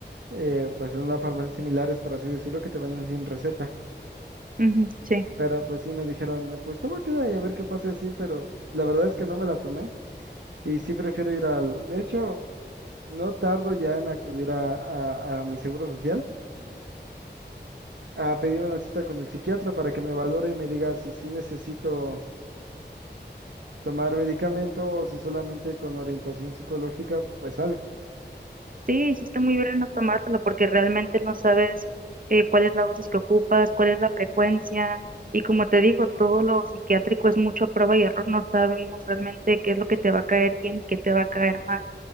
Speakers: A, on the right; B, on the right.
A: eh, pues en una farmacia similares, por así decirlo, que te venden sin receta.
B: ujú, sí.
A: Pero pues sí me dijeron, pues tómatela y a ver qué pasa así, pero la verdad es que no me la tomé y sí prefiero ir al... De hecho, no tardo ya en acudir a, a a mi seguro social a pedir una cita con el psiquiatra para que me valore y me diga si sí necesito tomar medicamento o si solamente con orientación psicológica, pues algo.
B: Sí, hiciste muy bien en no tomártelo porque realmente no sabes eh, cuál es la dosis que ocupas, cuál es la frecuencia. Y como te digo, todo lo psiquiátrico es mucho prueba y error. No sabemos realmente qué es lo que te va a caer bien y qué te va a caer mal.